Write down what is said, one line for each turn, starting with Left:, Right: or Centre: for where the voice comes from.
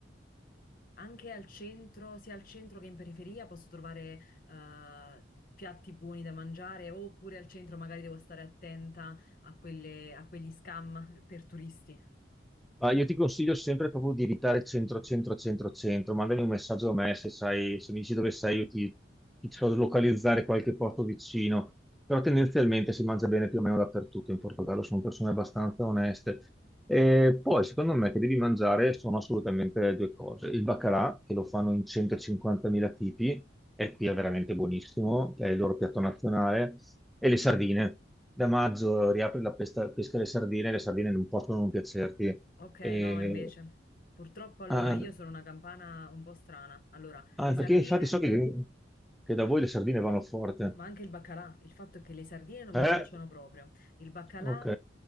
Left: anche al centro, sia al centro che in periferia, posso trovare eh, piatti buoni da mangiare, oppure al centro magari devo stare attenta a quelle- a quegli scam per turisti.
Centre: Ma io ti consiglio sempre proprio di evitare centro, centro, centro, centro. Mandami un messaggio a me se sai, se mi dici dove sei, io ti, ti so localizzare qualche posto vicino però tendenzialmente si mangia bene più o meno dappertutto in Portogallo, sono persone abbastanza oneste. E poi, secondo me, che devi mangiare sono assolutamente due cose. Il baccalà, che lo fanno in 150.000 tipi, e qui è veramente buonissimo, è il loro piatto nazionale, e le sardine. Da maggio riapre la pesca, pesca alle sardine, le sardine non possono non piacerti.
Left: Ok,
Centre: E-
Left: no, invece. Purtroppo allora
Centre: ah,
Left: io sono una campana un po' strana. Allora,
Centre: ah,
Left: le sardine,
Centre: perché infatti so che, che da voi le sardine vanno forte.
Left: ma anche il baccalà. Il fatto è che le sardine non
Centre: Eh,
Left: mi piacciono proprio. Il baccalà
Centre: ok.